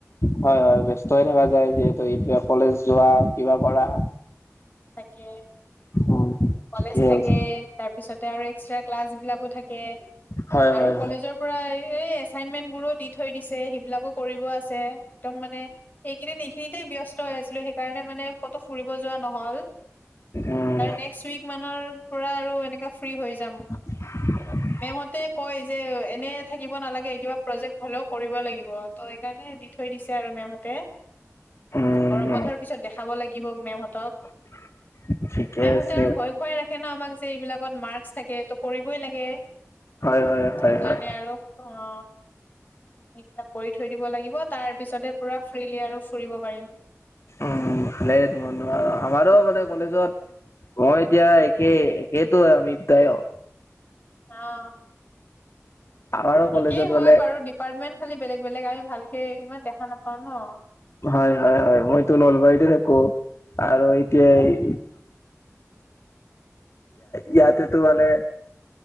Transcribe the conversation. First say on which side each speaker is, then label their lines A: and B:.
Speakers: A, on the left; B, on the left.
A: হয়, হয় ব্যস্ত থকা যায় যিহেতু এতিয়া কলেজ যোৱা কিবা কৰা।
B: তাকে
A: উম,
B: কলেজ
A: ঠিকে
B: থাকে
A: হৈছে
B: তাৰপিছতে আৰু এক্সট্ৰা ক্লাছ বিলাকো থাকে। থাকে
A: হয়
B: আৰু
A: হয়
B: কলেজৰ
A: হয়
B: পুৰা এই এছাইনমেন্ট বোৰো দি থৈ দিছে সেইবিলাকো কৰিব আছে, একদম মানে সেইকেইদিন এইখিনিতে ব্যস্ত হৈ আছিলো, সেইকাৰণে মানে ক'তো ফুৰিব যোৱা নহ'ল।
A: উম
B: তাৰ নেক্সট উইক মানৰ পৰা আৰু এনেকা ফ্ৰী হৈ যাম।
A: <unintelligible>
B: মেমহঁতে কয় যে এনে থাকিব নালাগে কিবা প্ৰজেক্ট হলেও কৰিব লাগিব। অ' সেইকাৰণে দি থৈ দিছে আৰু মেমহঁতে।
A: উম
B: গৰম বন্ধৰ পিছত দেখাব লাগিব মেমহঁতক।
A: <unintelligible> ঠিকে
B: মেম
A: আছে
B: হঁতে আৰু ভয় খুৱাই ৰাখে ন আমাক যে এইবিলাকত মাৰ্ক থাকে ট কৰিবই লাগে।
A: হয়-হয়-হয়-হয়।
B: সেইকাৰণে অ। সেইবিলাক কৰি থৈ দিব লাগিব, তাৰ পিছতহে পুৰা ফ্ৰিলি আৰু ফুৰিব পাৰিম।
A: উম, সেই ত আৰু আমাৰো মানে কলেজত মই এতিয়া একেই একেইটো আমি দুটা অ'।
B: অ'।
A: আমাৰো কলেজত
B: একেই হয়
A: মানে
B: বাৰু ডিপাৰ্টমেণ্ট খালি বেলেগ বেলেগ আমি ভালকে ইমান দেখা নাপাও ন'।
A: হয়-হয়-হয় মইতো নলবাৰীতে থাকো আৰু এতিয়া
B: তাকে
A: ইয়াতেটো মানে।